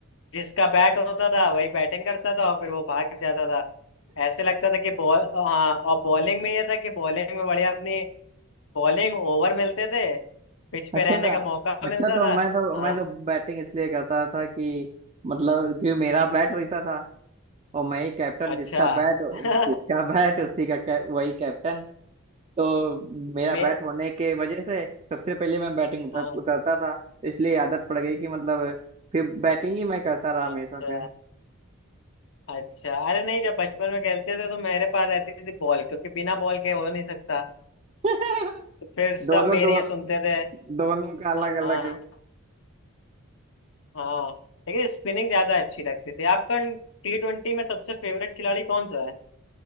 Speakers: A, on the left; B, on the right.
A: जिसका बैट होता था वही बैटिंग करता था और फिर वो भाग जाता था ऐसे लगता था कि बॉल हाँ और बॉलिंग में ये था कि बॉलिंग में बढ़िया अपनी बॉलिंग ओवर मिलते थे पिच पे
B: अच्छा
A: रहने
B: था
A: का मौका
B: अच्छा
A: मिलता
B: तो
A: था
B: मैं तो
A: हाँ
B: मैं तो बैटिंग इसलिए करता था कि मतलब क्योंकि मेरा बैट रहता था और मैं ही कैप्टन
A: अच्छा
B: जिसका बैट
A: <laughs>
B: जिसका बैट उसी का कै, वही कैप्टन तो मेरा
A: मैं
B: बैट होने के वजह से सबसे पहले मैं बैटिंग उतर,
A: हाँ
B: उतरता था तो इसलिए आदत पड़ गई कि मतलब फिर बैटिंग ही मैं करता रहा
A: अच्छा
B: हमेशा फिर
A: अच्छा अरे नहीं जब बचपन में खेलते थे तो मेरे पास रहती थी बॉल क्योंकि बिना बॉल के हो नहीं सकता
B: <laughs>
A: तो फिर सब
B: दोनों
A: मेरी
B: दो
A: ही सुनते थे
B: दोनों का अलग
A: हाँ
B: अलग
A: हाँ लेकिन स्पिनिंग ज्यादा अच्छी लगती थी आपका टी ट्वेंटी में सबसे फेवरेट खिलाड़ी कौन सा है